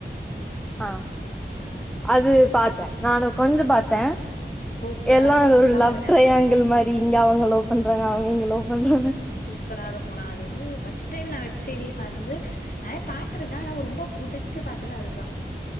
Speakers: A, in the centre; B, on the left.
A: ஆ
B: ஆ
A: அது பாத்தே நானு கொஞ்ச பாத்தே
B: சூப்பரா
A: எல்லா
B: இருக்கும்
A: அந்த
B: ஃபுல்லா
A: ஒரு லவ்
B: பாருங்க
A: ட்ரையாங்கிள் மாரி இங்க அவங்கள லவ் பண்றாங்க அவங்க இங்க லவ் பண்றாங்க
B: ப்பரா இருக்கு நா அது வந்து ஃபஸ்ட் டைம் நா வெப் சீரிஸ் வந்து நெறய பாத்துருக்கே ஆனா ஒ ரொம்ப புடிச்சு பாத்தது அதுதா